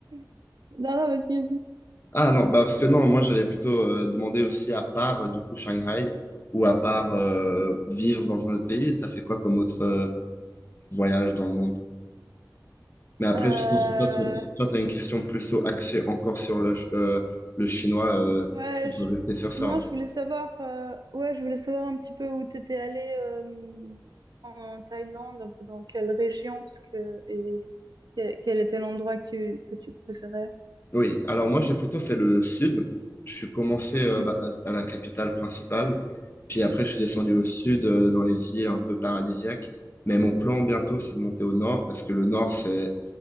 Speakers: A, on the right; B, on the left.
A: <laughs> Non, non, vas-y, vas-y.
B: Ah non, bah parce que non, moi j'allais plutôt euh, demander aussi à part euh, du coup Shanghai ou à part euh, vivre dans un autre pays, t'as fait quoi comme autre euh, voyage dans le monde? Mais après,
A: Euh,
B: je pense que toi, t'as toi, t'as une question plus au- axée encore sur le, ch- euh, le chinois, euh,
A: Ouais,
B: on
A: je...
B: peut rester sur ça.
A: Non,
B: hein.
A: je voulais savoir... euh, Ouais, je voulais savoir un petit peu où t'étais allé euh, en Thaïlande, un peu dans quelle région, parce que... Et que- quel était l'endroit que tu, que tu préférais.
B: Oui, alors moi j'ai plutôt fait le sud. Je suis commencé euh,
A: Mhm,
B: bah, à la capitale principale, puis après je suis descendu au sud euh, dans les îles un peu paradisiaques. Mais mon plan bientôt c'est de monter au nord parce que le nord c'est